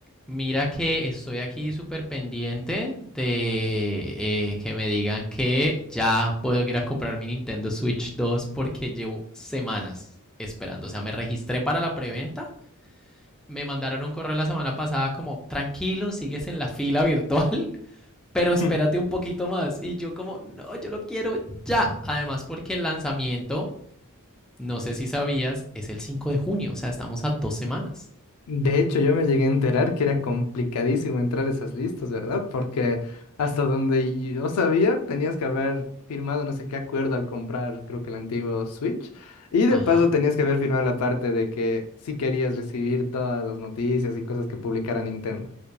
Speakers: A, in the centre; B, on the left (about 85°).
A: Mira que estoy aquí súper pendiente de eh, que me digan que ya puedo ir a comprar mi Nintendo Switch 2 porque llevo semanas esperando. O sea, me registré para la preventa. Me mandaron un correo la semana pasada como, tranquilo, sigues en la fila virtual, <laughs> pero espérate
B: Mm,
A: un poquito más. Y yo como, no, yo lo quiero ya. Además, porque el lanzamiento, no sé si sabías, es el 5 de junio. O sea, estamos a dos semanas.
B: De hecho, yo me llegué a enterar que era complicadísimo entrar a esas listas, ¿verdad? Porque hasta donde yo sabía, tenías que haber firmado no sé qué acuerdo al comprar, creo que el antiguo Switch. Y
A: Ajá,
B: de paso tenías que haber firmado la parte de que sí querías recibir todas las noticias y cosas que publicara Nintendo.